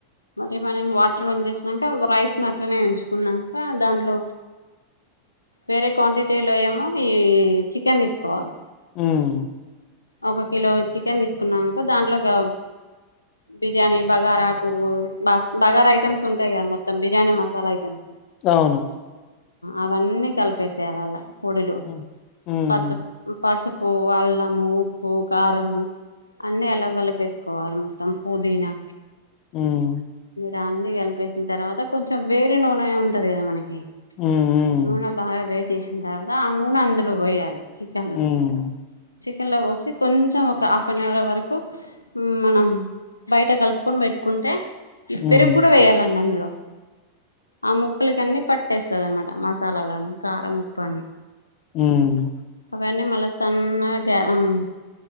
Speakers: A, on the left; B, on the left.
A: మంటే మనం వాటర్ వంచేసినాక రైస్ని అట్లనే ఉంచుకున్నాక దాంట్లో వేరే క్వాంటిటీ లో ఏమో ఈ చికెన్ తీసుకోవాలి.
B: ఉమ్
A: ఒక కిలో చికెన్ తీసుకున్నామనుకో దాంట్లో ఒక బిర్యానీ బగారాకు బా బగారా ఐటెమ్స్ ఉంటాయి కదా మొత్తం బిర్యానీ మసాలా ఐటెమ్స్.
B: అవును
A: అవన్నీ కలిపేసేయాలలా. పోడులు
B: ఉమ్ ఉమ్
A: పసుపు పసుపు. ఓ వాళ్ళము ఉప్. ఉప్పు కారము అన్ని అండ్ల కలిపేసుకోవాలి మొత్తం పుదీనా.
B: ఉమ్
A: దాన్ని కలిపేసిన తర్వాత కొంచెం వేడి నూనె ఉంటుంది కదా మనకి.
B: ఉమ్
A: నూనె బాగా వేడి. చేసిన తర్వాత ఆ నూనె అందులో పోయాలి. చికెన్లో
B: ఉమ్మ్
A: చికెన్లో పోసి కొంచెం ఒక హాఫ్ అన్ అవర్ వరకు మనం బయట కలుపుకొని పెట్టుకుంటే. ఇప్పరికి
B: ఉమ్
A: కూడా
B: ఉమ్
A: వేయ్యాలండి అందులో ఆ ముక్కలకాన్ని పట్టేస్తుదానమాట మసాలాలన్నీ కారం ఉప్పు అన్నీ.
B: ఉమ్
A: అవన్నీ మళ్ళా సన్నగా ఆమ్.